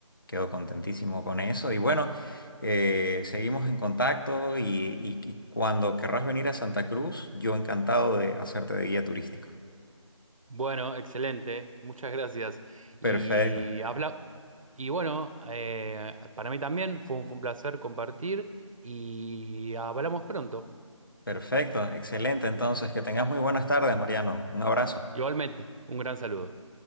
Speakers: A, on the left; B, on the right.
A: Quedo contentísimo con eso. Y bueno, eh, seguimos en contacto y, y y cuando querrás venir a Santa Cruz, yo encantado de hacerte de guía turístico.
B: Bueno, excelente, muchas gracias.
A: Perfecto,
B: Y habla y bueno, eh, para mí también fue un, fue un placer compartir y hablamos pronto.
A: perfecto, excelente. Entonces, que tengas muy buenas tardes, Mariano. Un abrazo.
B: Igualmente, un gran saludo.